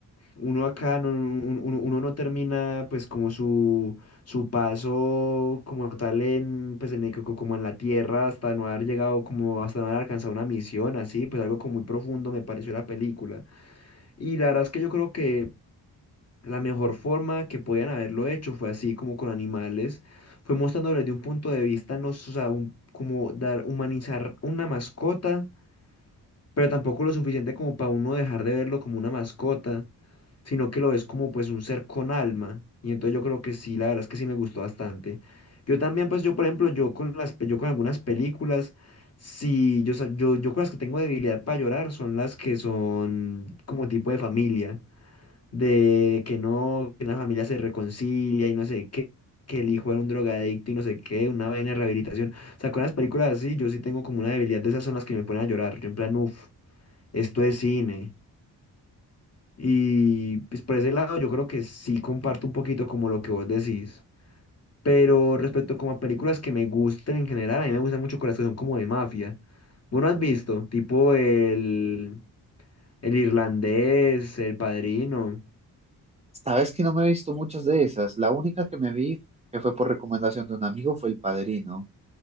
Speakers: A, on the left; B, on the right.
A: uno acá no, un- uno, uno no termina pues como su, su paso como tal en pues en el co- como en la tierra hasta no haber llegado como hasta no haber alcanzado una misión así pues algo como muy profundo me pareció la película y la verdad es que yo creo que la mejor forma que podían haberlo hecho fue así como con animales fue mostrándoles de un punto de vista no s- o sea un- como dar humanizar una mascota pero tampoco lo suficiente como para uno dejar de verlo como una mascota, sino que lo ves como pues un ser con alma. Y entonces yo creo que sí, la verdad es que sí me gustó bastante. Yo también, pues yo por ejemplo, yo con las, pe- yo con algunas películas, sí, yo, sa- yo, yo con las que tengo debilidad para llorar son las que son como tipo de familia, de que no, que una familia se reconcilia y no sé qué. que el hijo era un drogadicto y no sé qué, una vaina de rehabilitación. O sea, con las películas así, yo sí tengo como una debilidad de esas son las que me ponen a llorar. Yo en plan, uff esto es cine. Y pues por ese lado yo creo que sí comparto un poquito como lo que vos decís. Pero respecto como a películas que me gusten en general, a mí me gustan mucho con las que son como de mafia. ¿Vos no has visto? Tipo el, el irlandés, El Padrino.
B: Sabes que no me he visto muchas de esas. La única que me vi, que fue por recomendación de un amigo, fue El Padrino,